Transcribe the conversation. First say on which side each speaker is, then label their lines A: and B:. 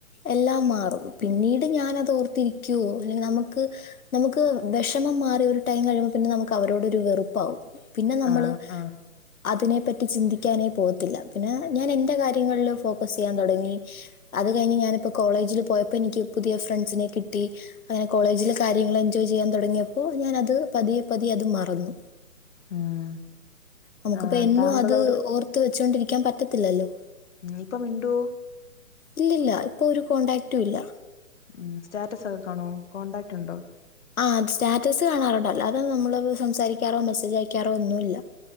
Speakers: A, on the left; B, on the left.
A: എല്ലാം മാറും പിന്നീട് ഞാനത് ഓർത്തിരിക്കുവോ അല്ലെങ്കിൽ നമുക്ക് നമുക്ക് വിഷമം മാറി ഒരു ടൈം കഴിയുമ്പോ പിന്നെ നമുക്ക് അവരോട് ഒരു വെറുപ്പാവും പിന്നെ നമ്മള്
B: ആ ആ
A: അതിനെ പറ്റ് റ്റി ചിന്തിക്കാനേ പോവത്തില്ല പിന്നെ ഞാൻ എൻ്റെ കാര്യങ്ങളിൽ ഫോക്കസ് ചെയ്യാൻ തുടങ്ങി അത് കഴിഞ്ഞ് ഞാനിപ്പോ കോളേജിൽ പോയപ്പോ എനിക്ക് പുതിയ ഫ്രണ്ട്സിനെ കിട്ടി അങ്ങനെ കോളേജിലെ കാര്യങ്ങള് എൻജോയ് ചെയ്യാൻ തുടങ്ങിയപ്പോ ഞാനത് പതിയെ പതിയെ അത് മറന്നു
B: ഉം
A: നമുക്കിപ്പ
B: ആ
A: എന്നും
B: താങ്കളോട്
A: അത് ഓർത്ത് വെച്ചൊണ്ടിരിക്കാൻ പറ്റത്തില്ലല്ലോ
B: ആഹ് ഇപ്പ മിണ്ടോ
A: ഇല്ലില്ല ഇപ്പോ ഒരു കോൺടാക്റ്റും ഇല്ല
B: ഉം സ്റ്റാറ്റസ് ഒക്കെ കാണോ കോൺടാക്റ്റ് ഉണ്ടോ
A: ആഹ് അത് സ്റ്റാറ്റസ് കാണാറുണ്ട് അല്ലാതെ നമ്മൾ സംസാരിക്കാറോ മെസ്സേജ് അയക്കാറോ ഒന്നുവില്ല